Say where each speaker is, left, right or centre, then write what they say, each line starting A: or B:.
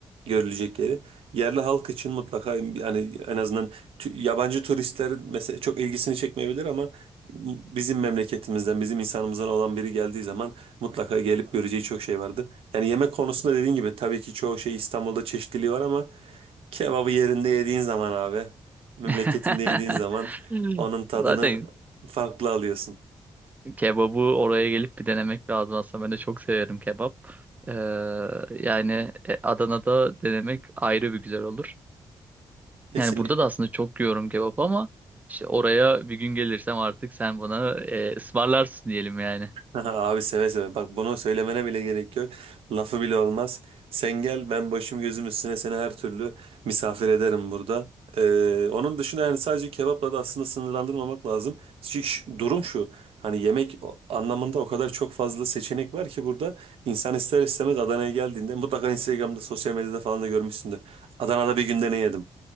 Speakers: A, on the right (about 80°); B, on the right (about 15°).
A: görülecek yeri yerli halk için mutlaka yani en azından tü- yabancı turistler mesela çok ilgisini çekmeyebilir ama bizim memleketimizden, bizim insanımızdan olan biri geldiği zaman mutlaka gelip göreceği çok şey vardı. Yani yemek konusunda dediğin gibi tabii ki çoğu şey İstanbul'da çeşitliliği var ama kebabı yerinde yediğin zaman abi, memleketinde
B: <laughs>
A: yediğin zaman onun tadını
B: Zaten
A: farklı alıyorsun.
B: kebabı oraya gelip bir denemek lazım aslında ben de çok severim kebap. Ee, yani e, Adana'da denemek ayrı bir güzel olur.
A: Kesinlikle.
B: Yani burada da aslında çok yiyorum kebap ama işte oraya bir gün gelirsem artık sen bana e, ısmarlarsın diyelim yani.
A: <laughs> Abi seve seve. Bak bunu söylemene bile gerek yok. Lafı bile olmaz. Sen gel ben başım gözüm üstüne seni her türlü misafir ederim burada. Ee, onun dışında yani sadece kebapla da aslında sınırlandırmamak lazım. Çünkü şu- durum şu. Hani yemek o- anlamında o kadar çok fazla seçenek var ki burada. İnsan ister istemez Adana'ya geldiğinde mutlaka Instagram'da sosyal medyada falan da görmüşsündür. Adana'da bir günde ne yedim?